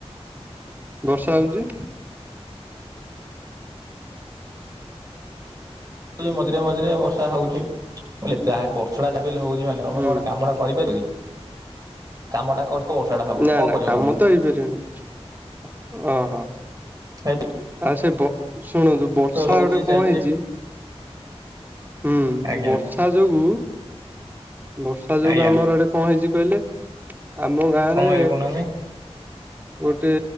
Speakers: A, on the right (about 15°); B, on the right (about 35°).
A: ବର୍ଷା ହଉଚି।
B: ମଝିରେ ମଝିରେ ବର୍ଷା ହଉଛି। <unintelligible> ବର୍ଷା ଟା ଯାହା ବି ହଉଛି ମାନେ ତମେ
A: ହୁଁ
B: କଣ କାମ ଟା କରିପାର କି କାମଟା ବର୍ଷା ଟା ହବ
A: ନା
B: କଣ
A: ନା
B: କରିବ
A: କାମ
B: ତମେ
A: ତ ହେଇପାରିବନି କିଛି, ଅ ହୋ।
B: ହ।
A: ଆଉ ସେ, ଶୁଣନ୍ତୁ ବର୍ଷା
B: ରହୁଛି
A: ଗୋଟେ
B: ଚାଲିଛି
A: କଣ ହେଇଛି ହୁଁ
B: ଆଜ୍ଞା
A: ବର୍ଷ ବର୍ଷା ଯୋଗୁ ବର୍ଷା ଯୋଗୁ
B: ଆଜ୍ଞା
A: ଆମର ଆଡ଼େ କଣ ହେଇଛି କହିଲେ ଆମ ଗାଁରେ
B: କଣ କହିଲି କହୁନାହାନ୍ତି
A: ଗୋଟେ